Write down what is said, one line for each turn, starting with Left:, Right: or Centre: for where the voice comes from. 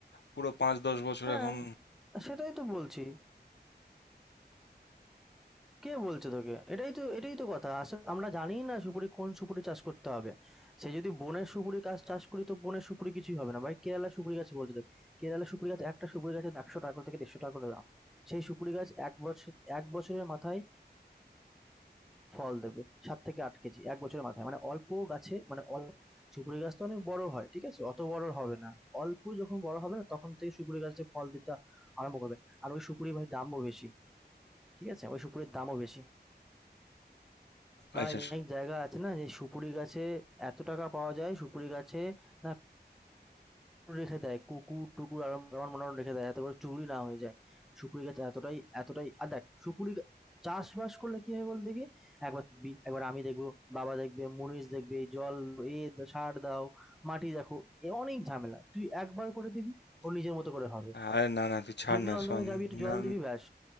Left: পুরো পাঁচ দশ বছর
Centre: হ্যাঁ,
Left: এখন
Centre: সেটাই তো বলছি। কে বলছে তোকে এটাই তো এটাই তো কথা আসলে আমরা জানি না সুপুরি কোন সুপুরি চাষ করতে হবে সে যদি বনের সুপুরি গাছ চাষ করি তো বনের সুপুরি কিছুই হবে না ভাই কেরালা সুপুরি গাছ বলছে দেখ কেরালা সুপুরি গাছ একটা সুপুরি গাছে একশো টাকা থেকে দেড়শো টাকা করে দাম সেই সুপুরি গাছ এক বছর এক বছরের মাথায় ফল দেবে সাত থেকে আট কেজি এক বছরের মাথায় মানে অল্প গাছে মানে অল্প সুপুরি গাছ তো অনেক বড় হয় ঠিক আছে অত বড় হবে না অল্প যখন বড় হবে না তখন থেকে সুপুরি গাছে ফল দিতে আরম্ভ করবে আর ওই সুপুরি ভাই দামও বেশি ঠিক আছে ওই সুপুরির দামও বেশি ভাই
Left: আচ্ছা
Centre: অনেক জায়গা আছে না যে সুপুরি গাছে এত টাকা পাওয়া যায় সুপুরি গাছে না কুকুর রেখে দেয় কুকুর টুকুর আর আমার মনে হয় রেখে দেয় এত করে চুরি না হয়ে যায় সুপুরি গাছ এতটাই এতটাই আর দেখ সুপুরি গা- চাষবাস করলে কি হয় বল দেখি একবার দেখবি একবার আমি দেখবো বাবা দেখবে মুনিশ দেখবে জল এ দা- সার দাও মাটি দেখো এ অনেক ঝামেলা তুই একবার করে দিবি ও নিজের মতো করে হবে
Left: আরে না না তুই ছাড়
Centre: দুদিন
Left: না
Centre: অন্তর
Left: শোন
Centre: অন্তর যাবি একটু জল
Left: না
Centre: দিবি ব্যাস